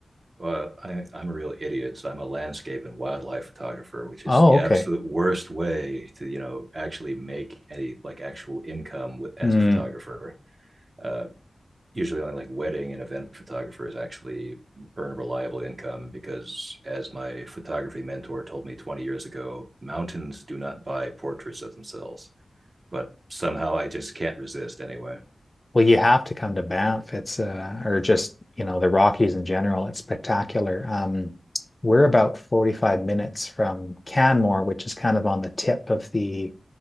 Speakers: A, on the right (about 45°); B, on the left (about 30°).
A: Well, I, I'm a real idiot. So I'm a landscape and wildlife photographer, which is
B: Oh,
A: the
B: okay.
A: absolute worst way to, you know, actually make any like actual income with, as
B: Mm.
A: a photographer. Uh, usually only like wedding and event photographers actually earn a reliable income because as my photography mentor told me 20 years ago, mountains do not buy portraits of themselves. But somehow I just can't resist anyway.
B: Well, you have to come to Banff. It's uh, or just, you know, the Rockies in general. It's spectacular. Um, we're about 45 minutes from Canmore, which is kind of on the tip of the